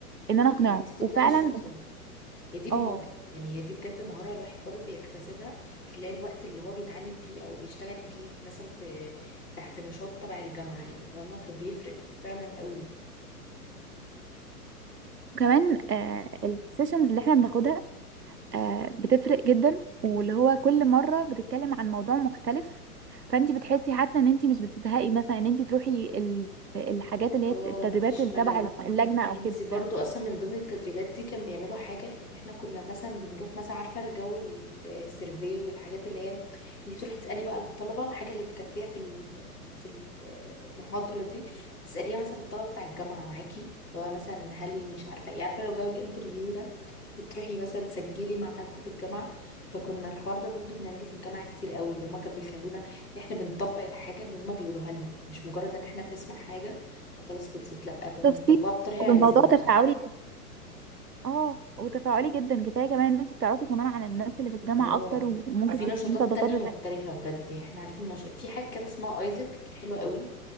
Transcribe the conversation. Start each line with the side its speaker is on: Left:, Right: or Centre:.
Right: ان انا اقنعه
Left: ان انت تقنعي
Right: وفعلا
Left: الشخص ده هي دي
Right: اه
Left: مهاره يعني هي دي بجد مهاره الواحد برضو بيكتسبها خلال الوقت اللي هو بيتعلم فيه او بيشتغل فيه في مثلا في في في نشاط تبع الجامعه يعني فاهمه فبيفرق فعلا قوي
Right: كمان آه السيشنز اللي احنا بناخدها آه بتفرق جدا واللي هو كل مرة بتتكلم عن موضوع مختلف فانت بتحسي حتى ان انت مش بتزهقي مثلا ان انت تروحي ال- الحاجات اللي هي
Left: اه
Right: التدريبات
Left: مفيش
Right: اللي
Left: ملل
Right: تبع اللجنة او
Left: انتي
Right: كده
Left: برضو اصلا من ضمن التدريبات دي كان بيعملوا حاجة ان احنا كنا مثلا بنروح مثلا عارفة الجو ال- السيرفي والحاجات اللي هي انتي بتروحي تسألي بقى الطلبة الحاجة اللي فكرتيها في ال- في ال- المحاضرة دي تسأليها مثلا الطلبة بتاع الجامعة معاكي اللي هو مثلا هل مش عارفة ايه عارفة لو جو الانترفيو ده بتروحي مثلا تسجلي مع حد في الجامعة فكنا الحوار ده برضو بنعمله في الجامعة كتير قوي اللي هما كانوا بيخلونا ان احنا بنطبق الحاجة اللي هما بيقولوها لنا مش مجرد ان احنا بنسمع حاجة وخلاص خلصت لأ كنا
Right: شفتي
Left: بنطبقها بطريقة
Right: والموضوع
Left: لذيذة
Right: تفاعلي
Left: بصراحة
Right: جدا اه وتفاعلي جدا كفايه كمان ان انت بتعرفي كمان عن الناس اللي في الجامعه
Left: اه
Right: اكتر وممكن
Left: في نشاطات
Right: تكوني صداقات
Left: تانية
Right: بتاع
Left: مختلفة بجد يعني احنا عرفنا نش... في حاجة كده اسمها ايزك حلوة قوي